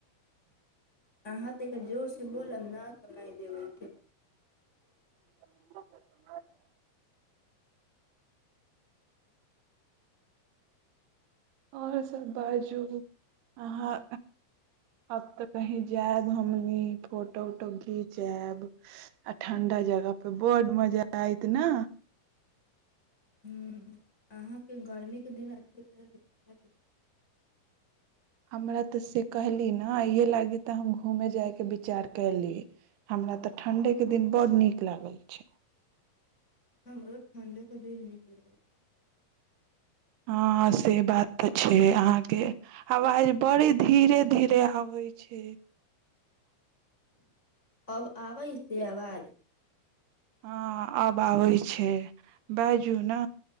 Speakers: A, on the left (about 20°); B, on the right (about 85°).
A: अहाँ ते के जोर से बोलब ना सुना देबै
B: <inaudible> आओर सभ बाजू अहाँ आब त कहीं जायब हमनी फोटो उटो घींचआयब आ ठंडा जगहपे बहुत मजा आयत ने
A: हूँ अहाँके गरमीके दिन अच्छा ल <unintelligible>
B: हमरा तऽ से कहली ने आइए लागी तऽ हम घूमय जायके विचार कयली हमरा तऽ ठण्ढेके दिन बड्ड नीक लागल छै
A: हमरो ठण्डे के दिन नीक हू <inaudible>
B: हँ से बात तऽ छै अहाँके आवाज बड़ी धीरे धीरे आबै छै
A: अब आबै से आवाज
B: हँ आब आबै छै बाजू ने